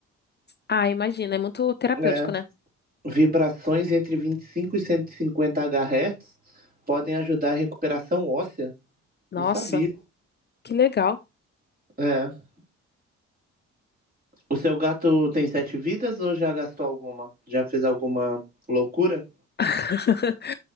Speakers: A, on the left; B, on the right.
A: Ah, imagina, é muito terapêutico,
B: É,
A: né?
B: Vibrações entre 25 e 150 Hz podem ajudar a recuperação óssea.
A: Nossa,
B: Não sabia.
A: que legal.
B: É. O seu gato tem sete vidas ou já gastou alguma? Já fez alguma loucura?
A: <laughs>